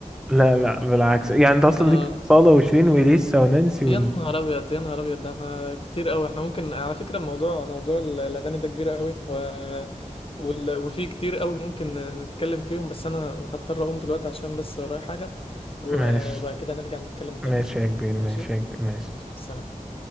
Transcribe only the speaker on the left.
<laughs>
اه
يا
نهار ابيض يا نهار ابيض ده احنا كتير قوي احنا ممكن على فكره الموضوع موضوع ال- الاغاني ده كبير قوي و... وال... وفي كتير قوي ممكن نتكلم فيهم بس انا هضطر اقوم دلوقتي عشان بس ورايا حاجه و-
وبعد كده هنرجع نتكلم تاني
ماشي
ماشي مع السلامه